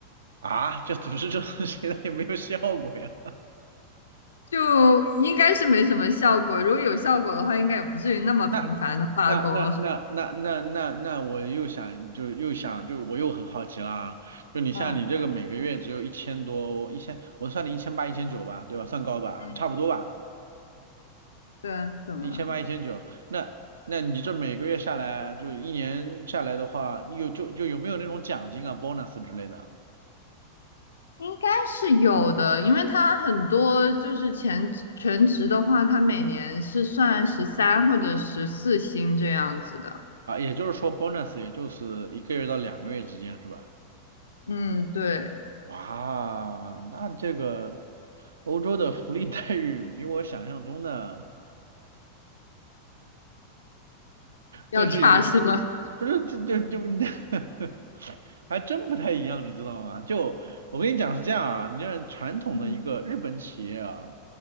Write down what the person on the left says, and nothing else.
就应该是没什么效果。如果有效果的话，应该也不至于那么频繁的罢工了。
嗯，
嗯，
对啊，怎么了？
应该是有的，因为他很多就是全全职的话，他每年是算十三或者十四薪这样子的。
嗯，对，
要差是吧？
嗯